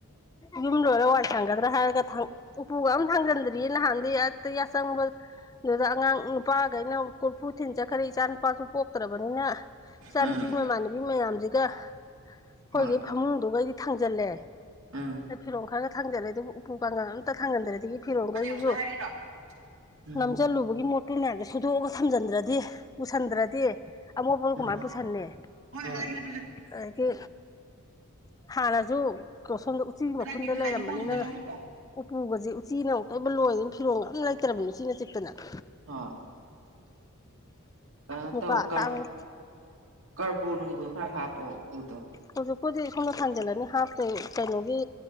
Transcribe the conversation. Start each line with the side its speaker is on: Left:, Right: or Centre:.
Left: ꯌꯨꯝ ꯂꯣꯏꯔꯦ ꯋꯥꯏ ꯊꯥꯡꯒꯗ꯭ꯔꯥ ꯍꯥꯏꯔꯒ ꯊꯥꯡ ꯎꯄꯨꯒ ꯑꯝ ꯊꯥꯡꯖꯤꯟꯗ꯭ꯔꯤ ꯗꯤ ꯅꯍꯥꯟꯗꯤ ꯍꯦꯛꯇ ꯌꯥꯆꯪꯕꯗꯨꯗ ꯑꯉꯥꯡ ꯅꯨꯄꯥꯈꯩꯅ ꯀꯣꯔꯨꯐꯨ ꯊꯤꯟ ꯆꯠꯈ꯭ꯔꯦ ꯏꯆꯥ ꯅꯨꯄꯥꯁꯨ ꯄꯣꯛꯇ꯭ꯔꯕꯅꯤꯅ ꯏꯆꯥ
Right: ꯎꯝ
Left: ꯅꯨꯨꯄꯤ ꯃꯃꯥꯟꯅꯕꯤ ꯃꯌꯥꯝꯖꯤꯒ ꯑꯩꯈꯣꯏꯒꯤ
Right: ꯍꯣꯏ
Left: ꯐꯃꯨꯡꯗꯨꯒꯩꯗꯤ ꯊꯥꯡꯖꯜꯂꯦ
Right: ꯎꯝ
Left: ꯑꯗꯩ ꯐꯤꯔꯣꯜ ꯈꯔꯒ ꯈꯪꯗꯦꯗ ꯑꯗꯨꯕꯨ ꯎꯄꯨ ꯀꯥꯡꯗꫭꯟ ꯑꯝꯇ ꯊꯥꯡꯖꯟꯗ꯭ꯔꯗꯤ ꯐꯤꯔꯣꯟ
Right: ꯍꯧꯖꯤꯛ
Left: ꯒꯩꯖꯤꯖꯨ
Right: ꯍꯧꯖꯤꯛ ꯍꯥꯏꯔꯛꯏꯔꯣ ꯎꯝ
Left: ꯅꯝꯖꯜꯂꯨꯕꯒꯤ ꯃꯣ ꯑꯗꯨꯨꯏ ꯃꯌꯥꯝꯁꯦ ꯁꯨꯗꯣꯛꯑꯒ ꯊꯝꯖꯤꯟꯗ꯭ꯔꯗꯤ ꯄꯨꯁꯟꯗ꯭ꯔꯗꯤ ꯑ ꯃꯣꯠꯕꯗꫭ
Right: ꯑꯣ
Left: ꯀꯨꯃꯥꯏ ꯄꯨꯁꯟꯅꯤ
Right: ꯍꯣꯏ ꯍꯥꯏꯒꯦ ꯑꯗꯨꯗꯤ
Left: ꯑꯗꯒꯤ ꯍꯥꯟꯅꯖꯨ ꯁꯣꯝꯗ ꯎꯆꯤ
Right: ꯀꯗꯥꯏꯗꯒꯤ
Left: ꯃꯈꯨꯟꯗ ꯂꯩꯔꯝꯕꯅꯤꯅ
Right: ꯂꯥꯏꯅꯤꯡꯀꯣꯜ ꯂꯣꯝꯗꯩ ꯂꯧꯔꯤꯕ
Left: ꯎꯄꯨꯒꯖꯦ ꯎꯆꯤꯅ ꯑꯃꯨꯛꯇꯣꯏꯕ ꯂꯣꯏꯔꯦ ꯐꯤꯔꯣꯡ ꯑꯝ ꯂꯩꯇ꯭ꯔꯕꯅꯤ ꯎꯆꯤꯅ ꯆꯤꯛꯇꯅ <unintelligible>
Right: ꯍꯣꯏ ꯀꯩꯅꯣ
Left: ꯃꯨꯀꯥ
Right: ꯇꯧ
Left: ꯑꯇꯥꯡꯕ
Right: ꯀꯔ ꯀꯔꯄꯨ ꯅꯨꯡꯕꯨ ꯈꯔ ꯍꯥꯞꯄꯣ ꯎꯄꯨꯗꯣ
Left: ꯍꯧꯖꯤꯛꯄꯨꯗꯤ ꯁꯣꯝꯗ ꯊꯥꯡꯖꯤꯜꯂꯅꯤ ꯍꯥꯞꯇꯩ ꯀꯩꯅꯣꯒꯤ